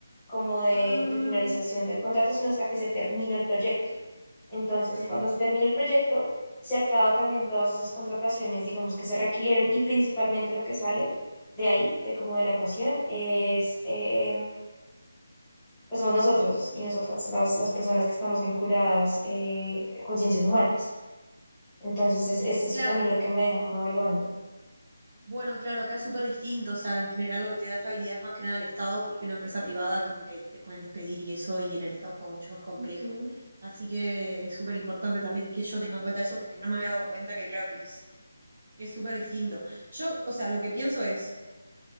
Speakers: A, in the centre; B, on the right.
A: como de,
B: Ah,
A: de finalización del contrato, sino hasta que se termina el proyecto. Entonces,
B: ok,
A: cuando se termina el proyecto, se acaba también todas esas contrataciones, digamos, que se requirieron y principalmente lo que sale de ahí, de como de la ecuación, es eh, pues somos nosotros y nosotras, las, las personas que estamos vinculadas eh, con ciencias humanas. Entonces,
B: ok.
A: es, es eso
B: Claro,
A: también lo que me deja como evaluando.
B: Bueno, claro, acá es súper distinto, o sea, en general lo que te da estabilidad es más que nada el Estado, porque una empresa privada como que te pueden despedir y eso, y en el Estado como mucho más complejo.
A: Ujú,
B: Así que es súper importante también que yo tenga en cuenta eso, porque no me había dado cuenta que claro que es es súper distinto. Yo, o sea, lo que pienso es,